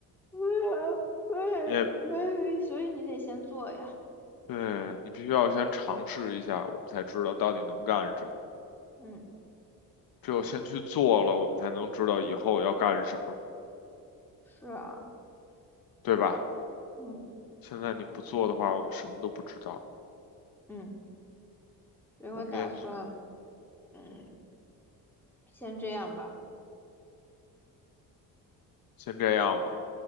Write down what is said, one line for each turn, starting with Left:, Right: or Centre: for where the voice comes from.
Centre: 对啊，对，
Left: 也。
Centre: 对，所以你得先做呀。
Left: 对，你必须要先尝试一下，我们才知道到底能干什么。
Centre: 嗯，
Left: 只有先去做了，我们才能知道以后要干什么，
Centre: 是啊，
Left: 对吧？
Centre: 嗯
Left: 现在你不做的话，我们什么都不知道。
Centre: 嗯，所以我打算，
Left: 我们也
Centre: 嗯，先这样吧。
Left: 先这样吧。